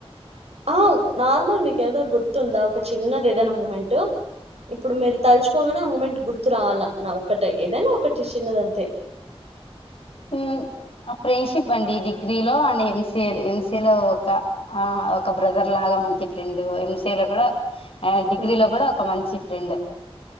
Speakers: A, on the right (about 75°); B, on the left (about 65°).
A: ఆ నార్మల్ మీకు ఏదో గుర్తుందా ఒక చిన్నది ఏదైనా మూమెంట్ ఇప్పుడు మీరు తలుచుకోగానే ఆ మూమెంట్ గుర్తు రావాలా నా ఒక్కట ఏదైనా ఒకటి చిన్నదంతే
B: హమ్ ఆ ఫ్రెండ్షిప్ అండి డిగ్రీ లో అండ్ ఎంసిఏ ఎంసిఏ లో ఒక ఆ ఒక బ్రదర్ లాగా మంచి ఫ్రెండ్ ఎంసీఎ లో కూడా డిగ్రీ
A: హ్మ్
B: లో కూడా ఒక మంచి ఫ్రెండ్